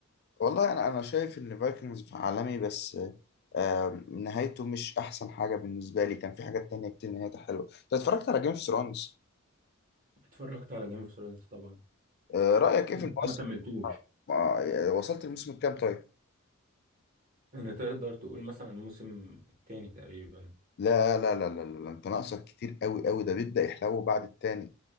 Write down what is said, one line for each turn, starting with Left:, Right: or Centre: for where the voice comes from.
Left: والله انا انا شايف ان فايكنجز عالمي بس آه، نهايته مش احسن حاجة بالنسبة لي كان في حاجات تانية كتير نهايتها حلوة انت اتفرجت على جيم اوف ثرونز
Right: اتفرجت على جيم اوف ثرونز طبعا
Left: رأيك ايه
Right: بس
Left: في الموسم
Right: ما كملتوش
Left: آه، وصلت الموسم الكام طيب
Right: انا تقدر تقول مثلا الموسم التاني تقريبا
Left: لا لا لا لا لا انت ناقصك كتير قوي قوي ده بيبدأ يحلو بعد التاني